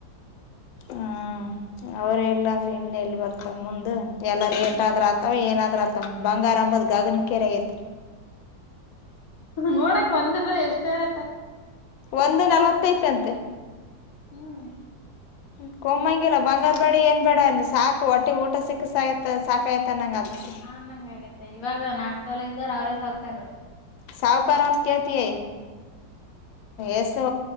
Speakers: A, on the left (about 80°); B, on the left (about 55°).
A: ಹ್ಮ ಅವರೆ ಇಲ್ಲಂದ್ರ ಇನ್ನ ಎಲ್ಲಿ ಬರ್ತದ ಮುಂದ ಎಲ್ಲ ರೇಟ್ ಆದ್ರ ಆ ಅವು ಏನಾದ್ರ್ ಆತಾವ ಬಂಗಾರ ಅಂಬುದ್ ಗಗನಕೆರೆ ಹೋಗೇತಿ.
B: ನೋಡಕ ಒಂದೇ ಬರೆ ಎಷ್ಟ ಹೇಳತ.
A: ಒಂದು ನಲವತ್ತೈತಂತೆ.
B: ಹ್ಮ್
A: ಹ್ ಕೊಮ್ಮಂಗಿಲ್ಲ ಬಂಗಾರ ಬಡಿ ಏನ್ ಬ್ಯಾಡ ಸಾಕ ಹೊಟ್ಟಿಗ್ ಊಟ ಸಿಕ್ರ ಸಾಯತ್ ಸಾಕಾಯ್ತ್ ತನ್ನಂಗ ಆತದ.
B: ಹ ನಂಗ ಆಗತ್ತೆ ಇವಾಗ ನಾಕ್ ತೊಲೆ ಇದ್ದೋರ ಅವ್ರೇ ಸೌಕರ್.
A: ಸಾವಕಾರ ಅಂತ್ ಕೇಳ್ತಿಯೇ ಎಸ್ ಸೊ